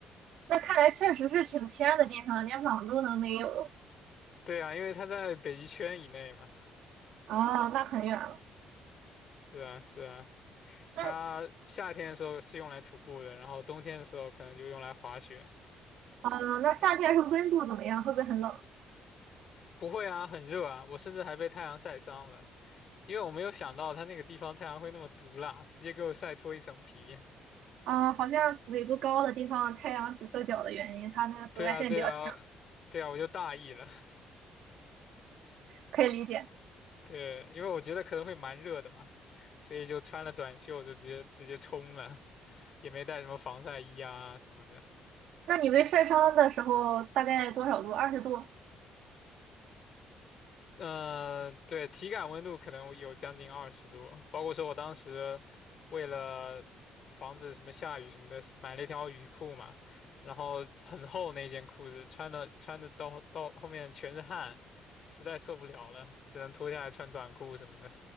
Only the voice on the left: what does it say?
对啊，因为它在北极圈以内嘛。
是啊，是啊，它夏天的时候是用来徒步的，
然后冬天的时候可能就用来滑雪。
不会啊，很热啊，我甚至还被太阳晒伤了。因为我没有想到他那个地方太阳会那么毒辣，直接给我晒脱一层皮。
对啊，对啊，对啊，我就大意了。
对，因为我觉得可能会蛮热的嘛，所以就穿了短袖就直接直接冲了，也没带什么防晒衣啊什么的。
呃，对，体感温度可能有将近二十度，包括说我当时为了防止什么下雨什么的，买了一条雨裤嘛，然后很厚那件裤子，穿的穿的到到后面全是汗，实在受不了了，只能脱下来穿短裤什么的。